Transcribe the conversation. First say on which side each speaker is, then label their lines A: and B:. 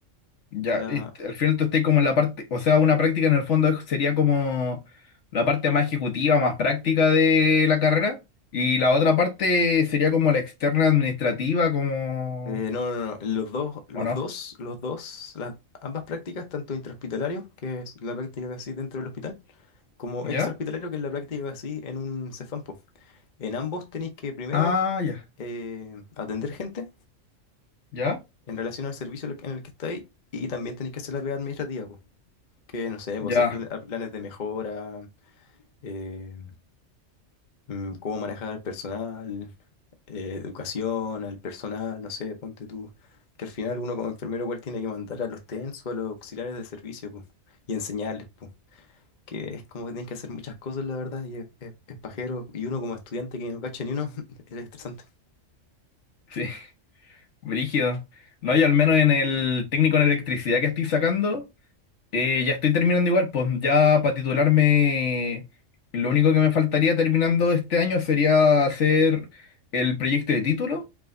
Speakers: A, on the left; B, on the left.
A: Ya,
B: a la...
A: y t- al final tú estás como en la parte, o sea, una práctica en el fondo es- sería como la parte más ejecutiva, más práctica de la carrera, y la otra parte sería como la externa administrativa, como,
B: eh, no, no, no, los dos, los
A: ¿o no?
B: dos, los dos, las, ambas prácticas, tanto intrahospitalario, que es la práctica que hacéis dentro del hospital, como
A: ¿Ya?
B: extrahospitalario, que es la práctica que hacéis en un CEFAM. po. En ambos tenéis que primero
A: Ah, ya,
B: eh, atender gente
A: ya,
B: en relación al servicio en el que en el que estáis y también tenéis que hacer la pega administrativa, po, que no sé,
A: ya,
B: po, hacer pla- planes de mejora, eh, mm, cómo manejar al personal, eh, educación, al personal, no sé, ponte tú. Que al final uno como enfermero igual tiene que mandar a los TENS o a los auxiliares de servicio, po, y enseñarles, po, que es como que tienes que hacer muchas cosas, la verdad, y es, es, es pajero, y uno como estudiante que no cacha ni uno, <laughs> es estresante.
A: sí, <laughs> brígido. No, yo al menos en el técnico en electricidad que estoy sacando. Eh, ya estoy terminando igual, pues ya para titularme, lo único que me faltaría terminando este año sería hacer el proyecto de título,